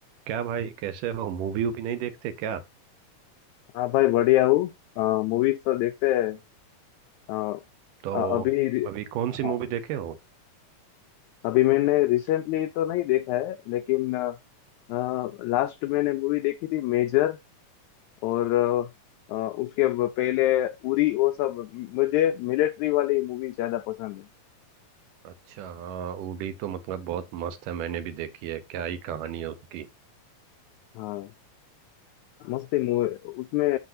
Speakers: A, on the right; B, on the left.
A: क्या भाई कैसे हो मूवी वूवी नहीं देखते क्या
B: हाँ भाई बढ़िया हूँ मूवीज तो देखते हैं अ,
A: तो
B: अ- अभी रि-
A: अभी कौन सी
B: हाँ
A: मूवी देखे हो
B: अभी मैंने रिसेंटली तो नहीं देखा है लेकिन लास्ट मैंने मूवी देखी थी मेजर और अ, अ, उसके ब- पहले उरी वो सब मुझे मिलिट्री वाली मूवी ज्यादा पसंद है
A: अच्छा हाँ उड़ी तो मतलब बहुत मस्त है मैंने भी देखी है क्या ही कहानी है उसकी
B: हाँ मस्त ही मूवी उसमें